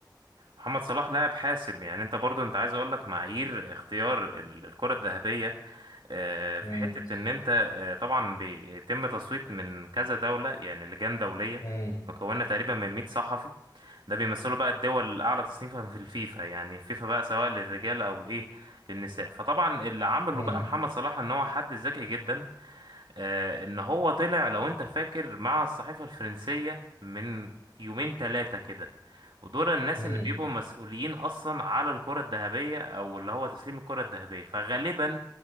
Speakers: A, on the right; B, on the left.
A: محمد صلاح لاعب حاسم يعني انت برضو انت عايز اقول لك معايير اختيار ال- الكرة الذهبية آه، في
B: امم
A: حتة ان انت آه، طبعا بيتم تصويت من كذا دولة يعني لجان دولية
B: امم
A: مكونة تقريبا من 100 صحفي ده بيمثلوا بقى الدول الأعلى تصنيفا في الفيفا يعني فيفا بقى سواء للرجال أو إيه للنساء فطبعا اللي عمله
B: امم
A: بقى محمد صلاح إن هو حد ذكي جدا آه، ان هو طلع لو انت فاكر مع الصحيفة الفرنسية من يومين ثلاثة كده ودول الناس
B: امم
A: اللي بيبقوا مسؤولين اصلا على الكرة الذهبية او اللي هو تسليم الكرة الذهبية فغالبا